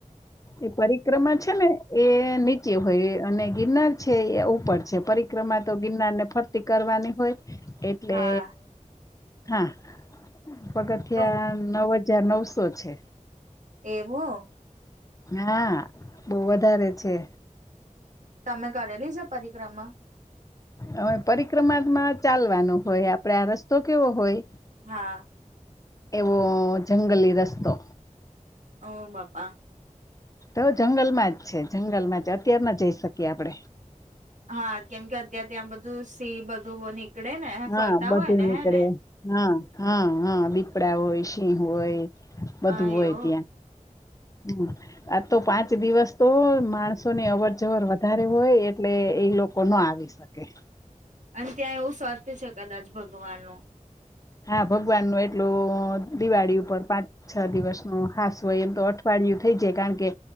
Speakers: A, on the left; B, on the right.
A: એ પરિક્રમા છે. છે ને, એ નીચે હોય અને ગિરનાર છે એ ઉપર છે. પરિક્રમા તો ગિરનારને ફર કરવાની હોય, એટલે
B: હા
A: હા. પગથિયા
B: તો
A: નવ હજાર નવસો છે.
B: એવું.
A: હા, બહુ વધારે છે.
B: તમે કરેલી છે પરિક્રમા?
A: હવે, પરિક્રમામાં ચાલવાનું હોય, આપડે આ રસ્તો કેવો હોય?
B: હા.
A: એવો જંગલી રસ્તો.
B: ઓહ, બાપા.
A: તો જંગલમાં જ છે, જંગલ માં જ અત્યારમાં જઈ શકીએ આપણેે.
B: હા, કેમ કે અત્યારે ત્યાં બધું સિંહ, બધું નીકળે ને, હ
A: હા
B: ફરતા
A: બધું
B: હોય ને
A: નીકળે
B: હે ને?
A: હા, હા, હા, દીપડા હોય, સિંહ હોય. બધું
B: હા,
A: હોય
B: કહો.
A: ત્યાં હમ. આ તો પાંચ દિવસ તો માણસોની અવર જવર વધારે હોય, એટલે એ લોકો ના આવી. ઓકે.
B: અને ત્યાં એવું સ્વાત્ય છે, કદાચ ભગવાનનું
A: હા, ભગવાન નું એટલું દિવાળી ઉપર પાંચ. છ દિવસ ન હાસું હોય, એમ તો અઠવાડિયું થઈ જાય, કારણ કે